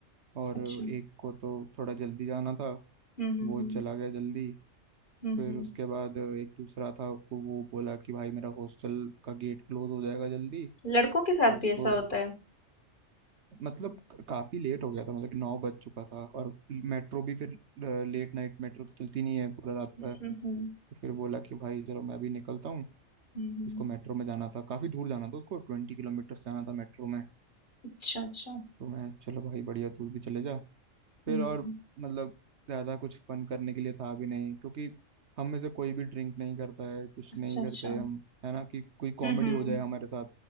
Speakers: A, on the right; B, on the left.
A: और
B: अच्छा हम्म
A: एक को तो थोड़ा जल्दी जाना था
B: हम्म
A: वो
B: हम्म
A: चला गया जल्दी
B: हम्म
A: फिर
B: हम्म।
A: उसके बाद एक दूसरा था उसको वो बोला कि भाई मेरा हॉस्टल का गेट क्लोज हो जाएगा जल्दी
B: लड़कों के साथ
A: उसको
B: भी ऐसा होता है
A: मतलब काफ़ी लेट हो गया था मतलब कि नौ बज चुका था और मेट्रो भी फिर लेट नाइट मेट्रो तो चलती नहीं है पूरा रात
B: हम्म
A: भर
B: हम्म हम्म
A: तो फिर बोला कि भाई चलो मैं अभी निकलता हूँ
B: हम्म, हम्म।
A: उसको मेट्रो में जाना था काफ़ी दूर जाना था उसको ट्वेंटी किलोमीटर जाना था मेट्रो में
B: अच्छा अच्छा
A: तो मैं चलो भाई बढ़िया तू भी चले जा फिर
B: हम्म
A: और मतलब ज़्यादा कुछ फन करने के लिए था भी नहीं क्योंकि हम में से कोई भी ड्रिंक नहीं करता है कुछ
B: अच्छा
A: नहीं
B: अच्छा
A: करते
B: हम्म
A: हम है ना कि कोई
B: हम्म
A: कॉमेडी हो जाए हमारे साथ